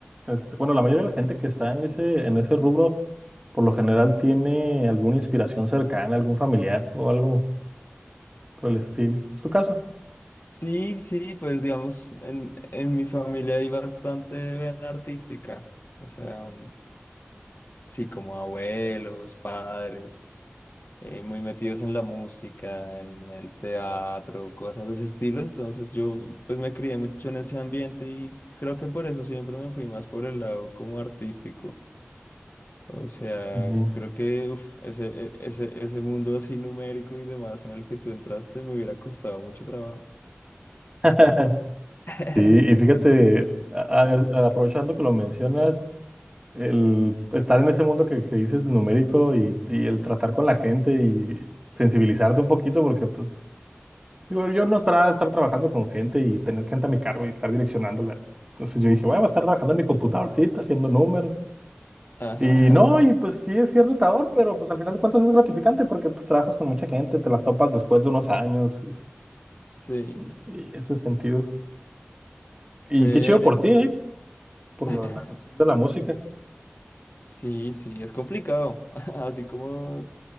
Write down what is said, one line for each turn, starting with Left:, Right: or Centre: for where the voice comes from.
Right: este, bueno, la mayoría de la gente que está en ese, en ese rubro, por lo general tiene alguna inspiración cercana, algún familiar o algo por el estilo. ¿Es tu caso?
Left: Sí, sí, pues digamos, en, en mi familia hay bastante vena artística, o sea, mm, sí, como abuelos, padres, eh, muy metidos en la música, en el teatro, cosas de ese estilo, entonces yo pues me crié mucho en ese ambiente y creo que por eso siempre me fui más por el lado como artístico. O sea,
Right: Ujú.
Left: creo que uf, ese, e- ese, ese mundo así numérico y demás en el que tú entraste me hubiera costado mucho trabajo.
Right: <laughs>
Left: <laughs>
Right: Sí, y fíjate, a- a- aprovechando que lo mencionas, el estar en ese mundo que, que dices numérico y, y el tratar con la gente y sensibilizarte un poquito, porque pues digo, yo no esperaba estar trabajando con gente y tener gente a mi cargo y estar direccionándola. Entonces yo dije, bueno, voy a estar trabajando en mi computadorcita, haciendo números.
Left: Ajá,
Right: Y no, y pues sí, es cierto retador, pero pues al final de cuentas es gratificante porque pues trabajas con mucha gente, te las topas después de unos años es-
Left: sí,
Right: y, y ese sentido. Y
Left: chévere.
Right: qué chido por ti, ¿eh? Por
Left: <laughs>
Right: lo- la cuestión de la música.
Left: Sí, sí, es complicado. <laughs> Así como,